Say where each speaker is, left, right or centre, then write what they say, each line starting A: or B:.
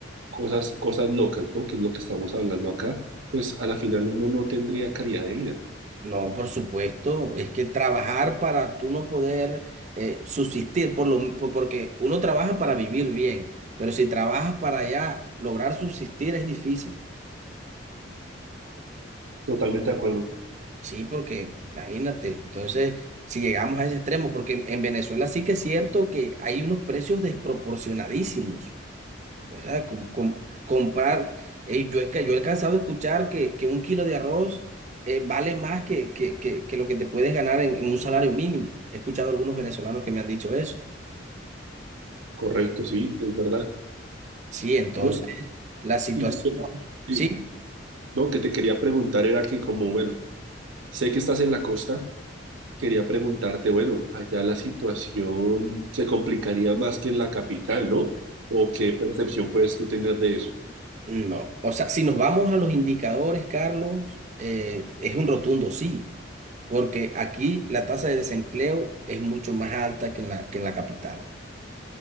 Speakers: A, on the right (about 80°); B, on the right (about 35°).
A: cosas, cosas locas, ¿no? Que es lo que estamos hablando acá, pues a la final uno no tendría calidad de vida.
B: No, por supuesto, es que trabajar para tú no poder eh, subsistir, por lo, por- porque uno trabaja para vivir bien, pero si trabajas para ya lograr subsistir es difícil,
A: Totalmente de acuerdo.
B: sí, porque imagínate, entonces si llegamos a ese extremo, porque en, en Venezuela sí que es cierto que hay unos precios desproporcionadísimos. ¿verdad? Com- com- comprar, eh, yo, he ca- yo he alcanzado a escuchar que, que un kilo de arroz eh, vale más que, que, que, que lo que te puedes ganar en, en un salario mínimo. He escuchado a algunos venezolanos que me han dicho eso.
A: Correcto, sí, es verdad.
B: Sí, entonces,
A: Bueno,
B: la situación,
A: y yo
B: sí,
A: sí, no, que te quería preguntar era que como, bueno, sé que estás en la costa, quería preguntarte, bueno, allá la situación se complicaría más que en la capital, ¿no? ¿O qué percepción puedes tú tener de eso?
B: no. O sea, si nos vamos a los indicadores, Carlos, eh, es un rotundo sí, porque aquí la tasa de desempleo es mucho más alta que en la, que en la capital.